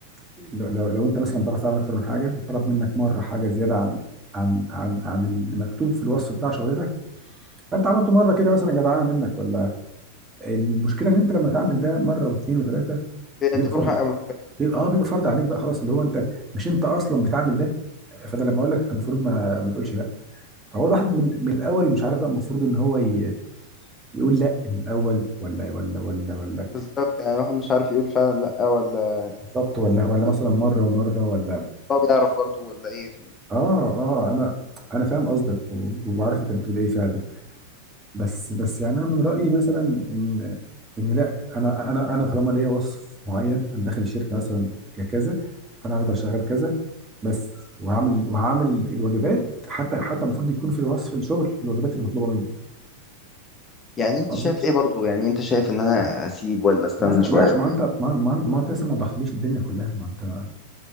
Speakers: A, on the right; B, on the left.
A: لو, لو لو انت مثلا بتعرف تعمل اكتر من حاجه وطلب منك مره حاجه زياده عن عن عن عن اللي مكتوب في الوصف بتاع شغلتك فانت عملته مره كده مثلا جدعانه منك ولا المشكله ان انت لما تعمل ده مره واثنين وثلاثه
B: هي تجربة
A: بيبقى بيبقى اه بيبقى فرض عليك بقى خلاص اللي هو انت مش انت اصلا بتعمل ده فانا لما اقول لك انت المفروض ما ما تقولش لا فهو الواحد من, من الاول مش عارف بقى المفروض ان هو ي... يقول لا من الاول ولا ولا ولا ولا
B: بالظبط يعني الواحد مش عارف يقول فعلا لا ولا
A: بالظبط ولا ولا مثلا مره ومره ولا
B: هو بيعرف برضو ولا ايه
A: اه اه انا انا فاهم قصدك و- وبعرف انت بتقول ايه فعلا بس بس يعني انا من رايي مثلا ان ان لا انا انا انا طالما ليا وصف معين انا داخل الشركه مثلا ككذا فانا هفضل شغال كذا بس وهعمل وهعمل الواجبات حتى حتى المفروض يكون في وصف الشغل الواجبات اللي مطلوبه منك
B: يعني انت
A: قصدي
B: شايف ايه برضو يعني انت شايف ان انا اسيب ولا استنى
A: ما انت
B: شوية
A: لا ما
B: ولا
A: انت ما, ما, ما انت لسه ما وضحتليش الدنيا كلها ما انت